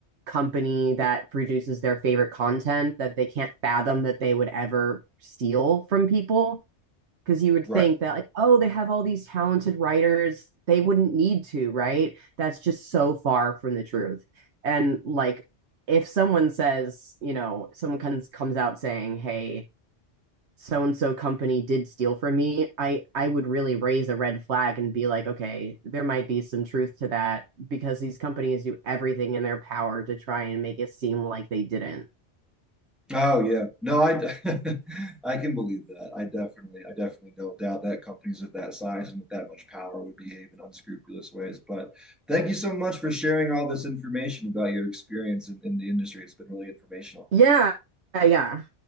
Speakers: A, on the right; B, in the centre.
A: company that produces their favorite content that they can't fathom that they would ever steal from people because you would
B: Right.
A: think that like oh they have all these talented writers they wouldn't need to right that's just so far from the truth and like if someone says you know someone comes comes out saying hey so and so company did steal from me, I I would really raise a red flag and be like, okay, there might be some truth to that because these companies do everything in their power to try and make it seem like they didn't.
B: Oh yeah. No, I d- <laughs> I can believe that. I definitely I definitely don't doubt that companies of that size and with that much power would behave in unscrupulous ways. But thank you so much for sharing all this information about your experience in, in the industry. It's been really informational.
A: Yeah. Yeah.